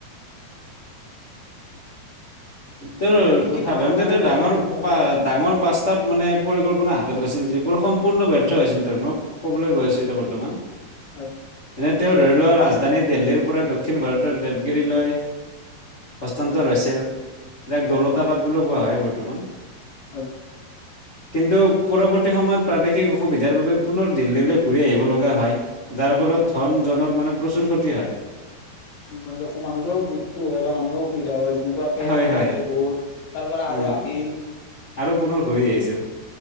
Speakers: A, on the left; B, on the left.
A: <inaudible>
B: তেওঁৰ
A: মানে তেওঁ কি কি
B: সাধাৰণতে
A: কামৰ কাৰণে
B: তেওঁ
A: তেওঁক
B: ডাঙৰ
A: মানে মূৰ্খৰ
B: পা
A: জয়
B: ডাঙৰ পাঁচ মানে পৰিকল্পনা হাতত লৈছিল, যিবোৰ সম্পূৰ্ণ ব্যৰ্থ হৈছিল তেওঁৰ মোক ক'বলৈ গৈ আছো এতিয়া বৰ্তমান
A: হয়।
B: এনে তেওঁ ধৰি লওক ৰাজধানী দিল্লীৰ পৰা দক্ষিণ ভাৰতৰ দেৱগিৰিলৈ হস্তান্তৰ হৈছিল যাক
A: হয়,
B: দলতা বাদ বুলিও কোৱা হয় বৰ্তমান।
A: হয়।
B: কিন্তু পৰৱৰ্তী সময়ত প্ৰাদেশিক অসুবিধাৰ বাবে পুনৰ দিল্লীলৈ ঘূৰি আহিব লগা হয়। যাৰ ফলত ধন জনৰ মানে প্ৰচুৰ ক্ষতি হয়।
A: <unintelligible> মানুহৰও মৃত্যু হয় বা মানুহৰ অসুবিধা হয় যেনেকুৱা কে
B: হয়
A: এখন
B: হয়
A: ঠাইলৈ গ'ল তাৰ পৰা আৰু
B: উম।
A: আহিল তেনেকুৱা
B: আৰু পুনৰ ঘূৰি আহিছিল